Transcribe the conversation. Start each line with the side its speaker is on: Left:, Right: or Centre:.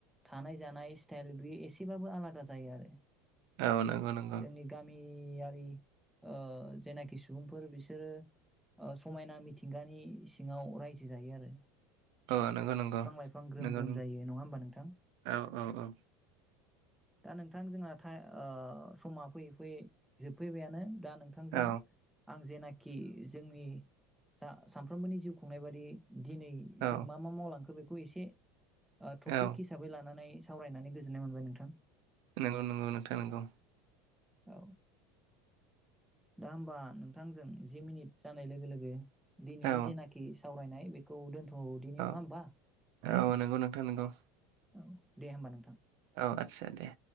Centre: थानाय जानाय स्टाइल बे एसेबाबो आलादा जायो आरो
Right: औ नंगौ नंगौ
Centre: जोंनि गामियारि ओ जायनाखि सुबुंफोर बिसोरो समायना मिथिंगानि सिङाव रायजो जायो आरो।
Right: औ नंगौ नंगौ
Centre: बिफां लाइफां ग्रोम
Right: नंगौ
Centre: ग्रोम जायो नङा होमबा नोंथां
Right: औ औ औ।
Centre: दा नोंथां जोंना था ओ। समा फैयै फैयै जोबफैबायानो। दा नोंथांजों
Right: औ
Centre: आं जेनाखि जोंनि। सा सानफ्रोमबोनि जिउ खुंनाय बादि। दिनै
Right: औ
Centre: जों मा मा मावलां। बेखौ एसे। ओ टपिक
Right: औ
Centre: हिसाबै लानानै। सावरायनानै गोजोननाय मोनबाय नोंथां।
Right: नंगौ नंगौ नोंथा नोंगौ।
Centre: औ। दा होमबा नोंथांजों जि मिनिट जानाय लोगो लोगो दिनैनि
Right: औ
Centre: जे नाखि सावरायनाय बेखौ दोनथ दिनि
Right: औ
Centre: नङा होमबा।
Right: औ नंगौ नोंथां नोंगौ।
Centre: औ दे होमबा नोंथां।
Right: औ आतसा दे।